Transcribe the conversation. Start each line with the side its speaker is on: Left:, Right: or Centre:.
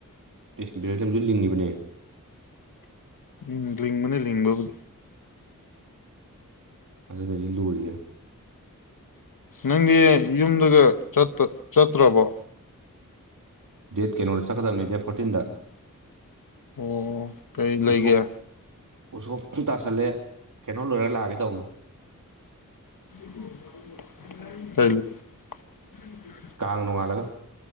Right: ꯏꯁ ꯕꯦꯜꯖꯝꯖꯨ ꯂꯤꯡꯉꯤꯕꯅꯦ꯫
Left: ꯎꯝ ꯂꯤꯡꯕꯅꯦ ꯂꯤꯡꯕꯕꯨꯗꯤ꯫
Right: ꯑꯗꯨꯅꯤ ꯍꯖꯤꯛ ꯂꯨꯔꯤꯖꯦ꯫
Left: ꯅꯪꯗꯤ ꯌꯨꯝꯗꯒ ꯆꯠꯇ ꯆꯠꯇ꯭ꯔꯕꯣ꯫
Right: ꯗꯦꯠ ꯀꯩꯅꯣꯗ ꯆꯠꯀꯗꯕꯅꯤ ꯗꯦꯠ ꯐꯣꯔꯇꯤꯟꯗ꯫
Left: ꯑꯣ꯫ ꯀꯩ ꯂꯩꯒꯦ
Right: ꯎꯁꯣꯞ ꯎꯁꯣꯞ ꯊꯨꯇꯥꯁꯜꯂꯦ ꯀꯩꯅꯣ ꯂꯣꯏꯔ ꯂꯥꯛꯑꯒꯦ ꯇꯧꯕꯅꯤ꯫
Left: <inaudible>
Right: ꯀꯥꯡ ꯅꯣꯡꯉꯥꯜꯂꯒ꯫